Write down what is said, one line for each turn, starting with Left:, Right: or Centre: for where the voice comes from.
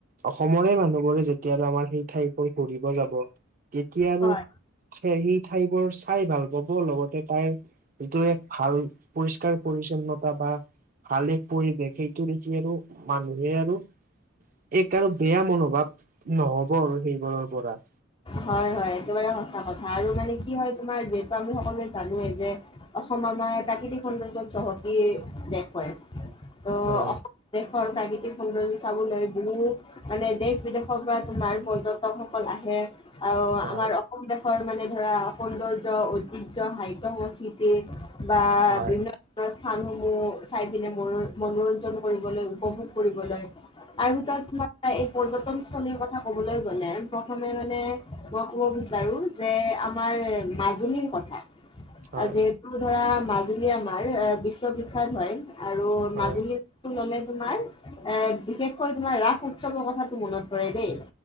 Right: অসমৰে মানুহ যেতিয়া আমাৰ সেই ঠাইলৈ ঘূৰিব যাব, তেতিয়া আৰু
Left: হয়
Right: সেই সি ঠাইবোৰ চাই ভাল পাব, লগতে তাইৰ যিটো এক ভাল পৰিষ্কাৰ-পৰিচ্ছন্নতা বা <unintelligible> পৰিৱেশ, সেইটো দেখি আৰু মানুহে আৰু এক আৰু বেয়া মনোভাৱ নহ'ব আৰু সেইবোৰৰ পৰা।
Left: হয়, হয়, একেবাৰে সঁচা কথা, আৰু মানে কি হয়, তোমাৰ যিহেতু আমি সকলোৱে জানোৱেই যে অসম আমাৰ প্ৰাকৃতিক সৌন্দৰ্য চহকী দেশ হয়, ত',
Right: হয়
Left: অসম দেশৰ প্ৰাকৃতিক সৌন্দৰ্য চাবলৈ বহুত মানে দেশ-বিদেশৰ পৰা তোমাৰ পৰ্যটকসকল আহে। আহ,
Right: হয়
Left: আমাৰ অসম দেশৰ মানে ধৰা, সৌন্দৰ্য, ঐতিহ্য, সাহিত্য-সংস্কৃতি বা
Right: হয়
Left: বিভি ন্ন স্থানসমূহ চাই পিনে মনো-মনোৰঞ্জন কৰিবলৈ, উপভোগ কৰিবলৈ আৰু <unintelligible> ভিতৰত তোমাৰ এই পৰ্যটনস্থলীৰ কথা ক'বলৈ গ'লে, প্ৰথমে মানে মই ক'ব বিচাৰো, যে আমাৰ মাজুলীৰ কথা।
Right: হয়
Left: <unintelligible> ধৰা, মাজুলী আমাৰ এ বিশ্ববিখ্যাত হয় আৰু
Right: হয়
Left: মাজুলী ল'লে তোমাৰ এ, বিশেষকৈ তোমাৰ ৰাস উৎসৱৰ কথাতটো মনত পৰে দেই।